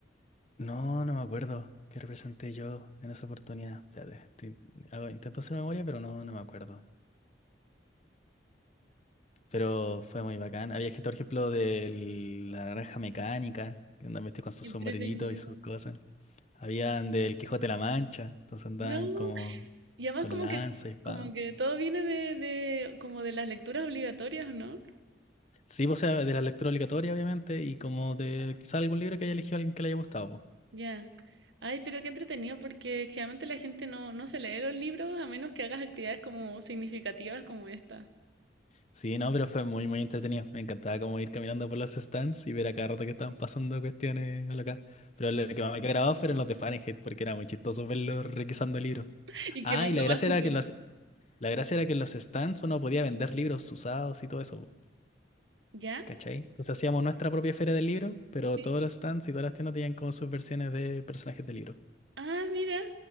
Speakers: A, on the left (about 35°); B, on the right (about 75°).
A: No, no me acuerdo qué representé yo en esa oportunidad. Espérate, te- hago- intento hacer memoria, pero no, no me acuerdo. Pero fue muy bacán. Había gente, por ejemplo, de la Naranja Mecánica, que andaban vestidos con sus
B: Qué
A: sombreritos
B: Entretenido.
A: y sus cosas. Habían del Quijote de la Mancha, entonces andaban
B: No.
A: como
B: Y además
A: con
B: como
A: lanza
B: que,
A: y espada.
B: como que todo viene de, de, como de las lecturas obligatorias, ¿o ¿no?
A: Sí, pues, o sea, de la lectura obligatoria, obviamente, y como de quizás algún libro que haya elegido alguien que le haya gustado, pues.
B: Ya. Ay, pero qué entretenido, porque generalmente la gente no, no se lee los libros a menos que hagas actividades como significativas como esta.
A: Sí, no, pero fue muy, muy entretenido. Me encantaba como ir caminando por los stands y ver a cada rato que estaban pasando cuestiones locas. Pero lo que más me quedó grabado fueron los de Fahrenheit, porque era muy chistoso verlos requisando libros.
B: <laughs> Y
A: Ah,
B: quemando
A: y la gracia
B: basura.
A: era que los, La gracia era que en los stands uno podía vender libros usados y todo eso, po,
B: ¿Ya?
A: ¿cachai? Entonces hacíamos nuestra propia feria del libro, pero
B: Sí.
A: todos los stands y todas las tiendas tenían como sus versiones de personajes de libro,
B: Ah, mira,